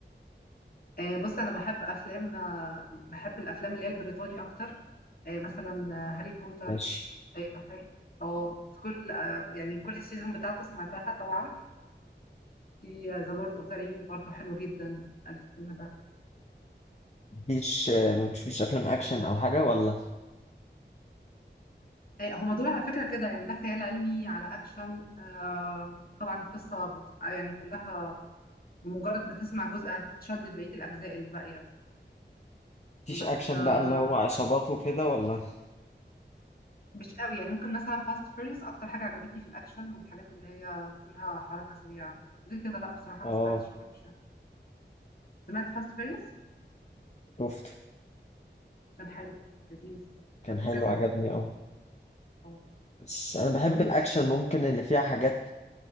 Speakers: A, on the left; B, on the left.
A: آه، بص انا بحب افلام آه، بحب الافلام اللي هي البريطاني اكتر آه، مثلا آه، هاري بوتر
B: ماشي
A: آه، بحب اه كل آه، يعني كل السيزون بتاعته سمعتها طبعا في ذا لورد اوف ذا رينج برضو حلو جدا الفيلم ده
B: مفيش مفيش افلام اكشن او حاجه ولا
A: آه، هما دول على فكرة كده يعني ده خيال علمي على اكشن آه، طبعا قصة بتبقى يعني كلها بمجرد ما تسمع جزء هتتشد لبقية الاجزاء الباقية
B: مفيش
A: بس
B: اكشن
A: آه،
B: بقى اللي هو عصابات وكده ولا
A: مش قوي يعني ممكن مثلا فاست فيريوس اكتر حاجه عجبتني في الاكشن والحاجات اللي هي فيها حركه سريعه غير كده لا بصراحه
B: اه
A: ما سمعتش اكشن سمعت فاست فيريوس
B: شفته
A: كان حلو لذيذ
B: كان
A: برضو
B: حلو
A: كذا
B: عجبني
A: جزء
B: اه
A: أو-
B: بس انا بحب
A: وليه
B: الاكشن
A: تمام
B: ممكن اللي فيها حاجات